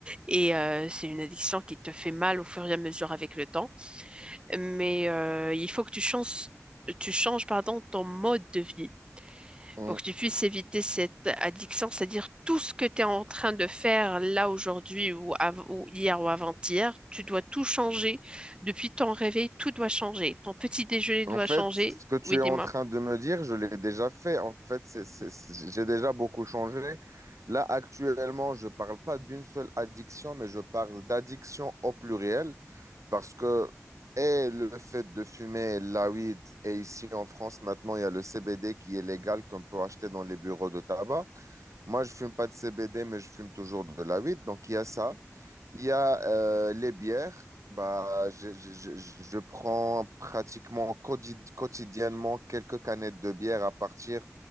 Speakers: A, on the right; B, on the right.
A: Et euh, c'est une addiction qui te fait mal au fur et à mesure avec le temps. Mais euh, il faut que tu changes, tu changes, pardon, ton mode de vie
B: Mm.
A: pour que tu puisses éviter cette addiction, c'est-à-dire tout ce que tu es en train de faire là aujourd'hui ou, av- ou hier ou avant-hier, tu dois tout changer. Depuis ton réveil, tout doit changer. Ton petit déjeuner
B: En
A: doit
B: fait,
A: changer.
B: ce que tu
A: Oui,
B: es
A: dis-moi.
B: en train de me dire, je l'ai déjà fait. En fait, c'est, c'est- c'est- j'ai déjà beaucoup changé. Là, actuellement, je ne parle pas d'une seule addiction, mais je parle d'addiction au pluriel parce que et le fait de fumer la weed, et ici en France, maintenant, il y a le CBD qui est légal qu'on peut acheter dans les bureaux de tabac. Moi, je fume pas de CBD, mais je fume toujours de la weed. Donc, il y a ça. Il y a euh, les bières. Bah, je, je- je- je prends pratiquement quotidi- quotidiennement quelques canettes de bière à partir